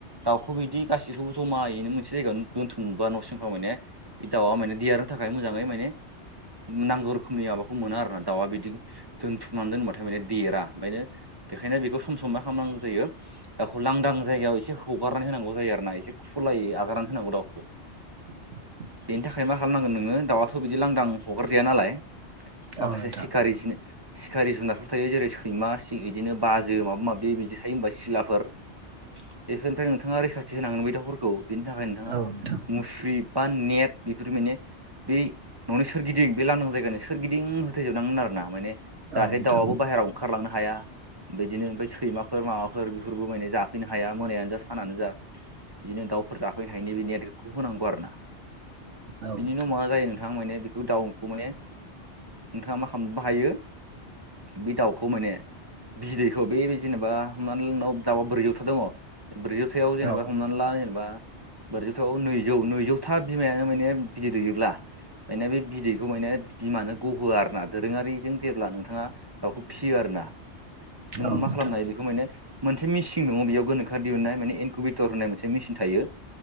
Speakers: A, on the right (about 25°); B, on the right (about 85°).
A: दाउखौ बिदि गासिखौबो ज'मायैनो मोनसे जायगायावनो दोन्थुमबा न' सिंफ्राव माने बे दाउआ माने देरनो थाखाय मोजाङै माने नांगौ रोखोमनि माबाखौ मोनो आरोना दाउआ बिदि दोनथुमनानै दोनबाथाय माने देरा ओंखायनो बेखायनो बेखौ सम सम मा खालामनांगौ जायो दाउखौ लांदां जायगायाव एसे हगारनानै होनांगौ जायो आरो ना एसे खुलायै आगारानै होनांगौ दावखौ
B: <inaudible>
A: बेनि थाखाय मा खालामनांगोन नोङो दाउआाथ' बिदि लांदां हगारजाया नालाय। माखासे
B: औ नोंथां
A: सिखारि जि सिखारि जुनारफोर थायो जेरै सैमा इदिनो बाजो माबा माबि बे बिदि थायो होनबा सिलाफोर बेफोरनिफ्राय नोंथाङा रैखाथि होनांगोन बे दाउफोरखौ बेनि थाखाय नोंथाङा
B: औ नोंथां
A: मुस्रि बा नेट बेफोर माने बै न'नि सोरगिदिं बे लांदां जायगानि सोरगिदिं होथेजोबनांगोन आरो ना माने जाहाथे
B: औ नोंथां
A: दाउआबो बायहेराव ओंखारलांनो हा हाया बिदिनो ओमफ्राय सैमाफोर माबाफोर बेफोरबो माने जाफैनो हाया मोनायानो जा सानानो जा बिदिनो दाउफोर जाफैनो हायोनि बे नेटखौ होनांगौ आरो ना।
B: औ औ
A: बिनि
B: नोंथां
A: उनाव मा जायो नोंथां माने बेखौ दाउखौ माने नोंथाङा मा खालामनोबो हायो बे दाउखौ माने बिदैखौ बे जेनेबा हमनानै ला नोंनाव दावा ब्रैजौथा दङ ब्रैजौथायाव जेनेबा
B: औ
A: हमनानै ला जेनेबा ब्रैजौथाव नैजौ नैजौथा बिमायानो माने बिदै दैयोब्ला माने बे बिदैखौ माने बिमानो गहोआ आरो ना दोरोङारिजों जेब्ला नोंथाङा दाउखौ फिसियो आरो। ना नोङो
B: औ
A: मा
B: नोंथां
A: खालामनो हायो बेखौ माने मोनसे मेचिन दङ बेयाव गोनोखोआरि दिहुननाय माने एनकुबटर होननाय मोनसे मेसिन थायो